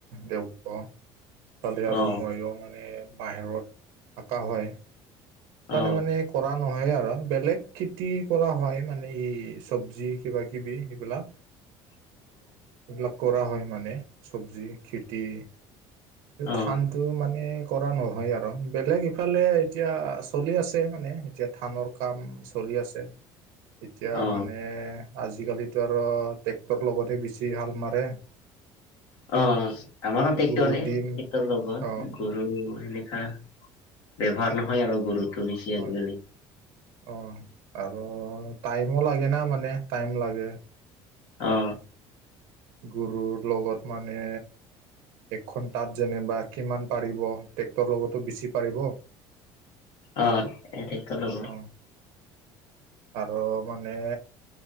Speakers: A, on the right (about 80°); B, on the left (about 65°).
A: তেওঁ ক ছোৱালী আৰু
B: অ
A: মইয়ো মানে বাহিৰত থাকা হয় সেইকাৰণে
B: অ
A: মানে কৰা নহয় আৰু বেলেগ খেতি কৰা হয় মানে এই চবজি কিবাকিবি সেইবিলাক।
B: <inaudible>
A: লগ কৰা হয় মানে চবজি খেতি উম
B: অ
A: ধান টো মানে কৰা নহয় আৰু বেলেগ ইফালে এতিয়া চলি আছে মানে। এতিয়া ধানৰ কাম চলি আছে এতিয়া
B: অ
A: মানে আজি-কালিতো আৰু ট্ৰেক্টৰ লগতহে বেছি হাল মাৰে।
B: অ আমাৰো ট্ৰেক্টৰে
A: গৰু দিম
B: ট্ৰেক্টৰ লগত
A: অ
B: গ- উম সেনেকা ব্যৱহাৰ নহয় আৰু গৰুতো বেছি
A: হয়
B: আজি-কালি
A: অ আৰু টাইমো লাগে না মানে টাইম লাগে।
B: অ
A: গৰুৰ লগত মানে একখন তাত যেনিবা কিমান পাৰিব ট্ৰেক্টৰৰ লগতো বেছি পাৰিব
B: অ এৰিকে লব
A: অ আৰু মানে